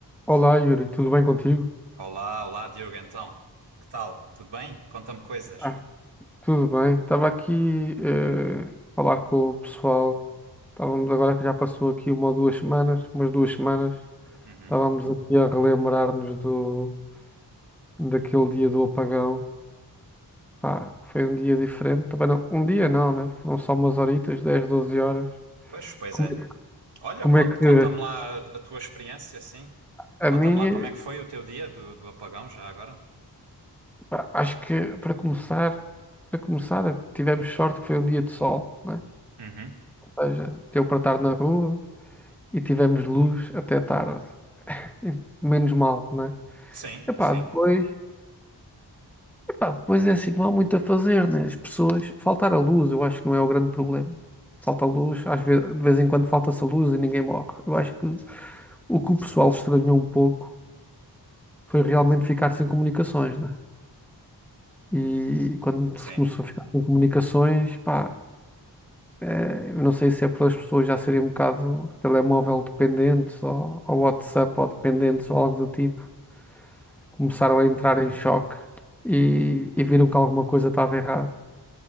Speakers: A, in the centre; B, on the right.
A: Olá, Yuri, tudo bem contigo?
B: Olá, olá, Diogo, então. Que tal? Tudo bem? Conta-me coisas.
A: Ah, Tudo bem. Estava aqui eh, a falar com o pessoal. Estávamos agora que já passou aqui uma ou duas semanas, umas duas semanas.
B: Uhum.
A: Estávamos aqui a relembrar-nos do daquele dia do apagão. Pá, foi um dia diferente. Também não, um dia não, né? Foram só umas horitas, 10, 12 horas.
B: Pois, pois
A: Como
B: é.
A: é, que-
B: Olha,
A: como
B: cont-
A: é que
B: conta-me lá a, a tua experiência, sim.
A: a
B: Conta-me
A: minha,
B: lá como é que foi o teu dia do, do apagão, já agora.
A: pá, acho que para começar, para começar, tivemos sorte que foi um dia de sol, né?
B: Uhum.
A: Ou seja, deu para estar na rua. e tivemos luz até tarde. E Menos mal, né?
B: Sim,
A: Epá,
B: sim,
A: depois, epá, depois é assim, não há muito a fazer, né? As pessoas, faltar a luz, eu acho que não é o grande problema. Falta a luz, às vezes, de vez em quando falta-se a luz e ninguém morre. Eu acho que o que o pessoal estranhou um pouco foi realmente ficar sem comunicações, né? E quando
B: sim.
A: se começou a ficar sem comunicações, pá, eh, eu não sei se é por as pessoas já serem um bocado telemóvel dependentes ou, ou WhatsApp ou dependentes ou algo do tipo. começaram a entrar em choque e, e viram que alguma coisa estava errada.